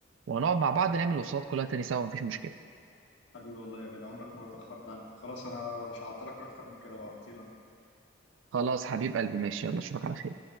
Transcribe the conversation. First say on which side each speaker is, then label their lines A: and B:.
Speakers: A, on the right; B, on the left.
A: وهنقعد مع بعض نعمل الوصفات كلها تاني سوا مفيش مشكله
B: حبيبي والله يا غالي عمرك ما اتأخرت عنك خلاص انا مش هعطلك اكتر من كده بقى طير
A: خلاص حبيب قلبي ماشي يلا اشوفك على خير